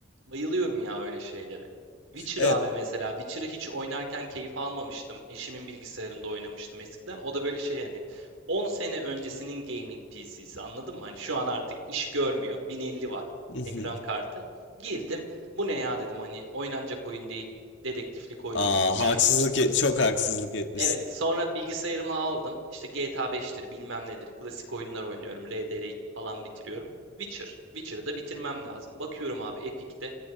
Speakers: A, on the right (about 85°); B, on the left (about 60°).
A: Bayılıyorum ya öyle şeylere. Witcher
B: Evet.
A: abi mesela Witcher'ı hiç oynarken keyif almamıştım. Eşimin bilgisayarında oynamıştım eskiden. O da böyle şey hani 10 sene öncesinin gaming PC'si anladın mı? Hani şu an artık iş görmüyor. 1050 var
B: <laughs>
A: ekran kartı. Girdim. Bu ne ya dedim hani oynanacak oyun değil. Dedektiflik oyunu
B: Aa,
A: gibi bir
B: haksızlık
A: şey.
B: et- çok haksızlık etmişsin.
A: Evet. Sonra bilgisayarımı aldım. İşte GTA 5'tir bilmem nedir. Klasik oyunlar oynuyorum. RDR2 falan bitiriyorum. Witcher. Witcher'ı da bitirmem lazım. Bakıyorum abi Epic'te.